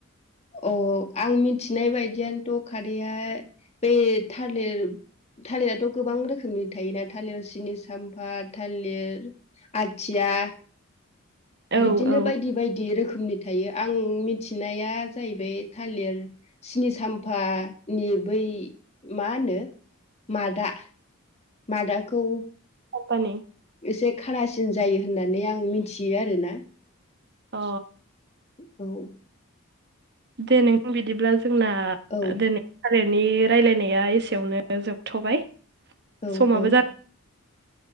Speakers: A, on the left (about 30°); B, on the right (about 50°).
A: अ आं मिथिनाय बायदियानोथ' खारदैया बे थालिर थालिराथ' गोबां रोखोमनि थायोना थालिर सिनि साम्फा थालिर आथिया
B: औ
A: बिदिनो
B: औ
A: बायदि बायदि रोखोमनि थायो आं मिथिनाया जाहैबाय थालिर सिनि साम्फानि बै मा होनो मादा मादाखौ
B: कम्पानि
A: एसे खारासिन जायो होननानै आं मिथियो आरोना
B: अ
A: औ
B: दे नोंथां बिदिब्ला जोंना
A: औ
B: दोनै थालिरनि राय्लायनाया एसेयावनो जोबथ'बाय
A: औ
B: समाबो
A: औ
B: जाद